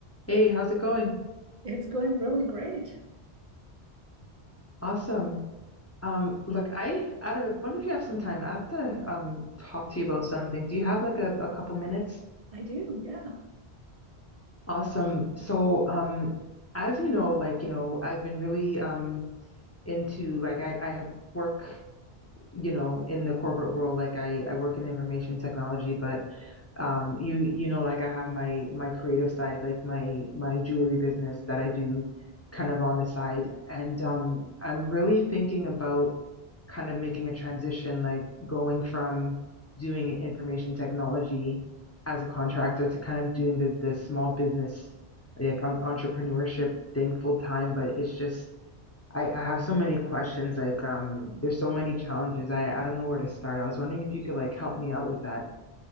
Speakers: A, on the left; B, on the right.
A: Hey, how's it going?
B: It's going really great.
A: Awesome. Um, look, I I don't- wonder if you have some time. I have to um talk to you about something. Do you have like a, a couple minutes?
B: I do. Yeah.
A: Awesome. So, um, as you know, like, you know, I've been really um into like I I have work, you know, in the corporate world. Like I I work in information technology, but um you you know like I have my my creative side like my my jewelry business that I do kind of on the side and um I'm really thinking about kind of making a transition like going from doing information technology as a contractor to kind of doing the the small business like on entrepreneurship thing full time but it's just I, I have so many questions like um there's so many challenges I I don't know where to start I was wondering if you could like help me out with that